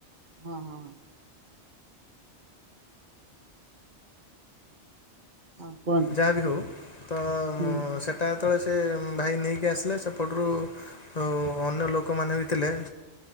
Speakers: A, on the right; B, on the left.
A: ହଁ ହଁ। ହଁ କୁହନ୍ତୁ
B: ଯାହା ବି ହେଉ ତ
A: ହୁଁ
B: ମୁଁ ସେ ତା ତଳେ ସେ ଉଁ ଭାଇ ନେଇକି ଆସିଲେ। ସେପଟରୁ ଅ ଅନ୍ୟ ଲୋକମାନେ ବି ଥିଲେ।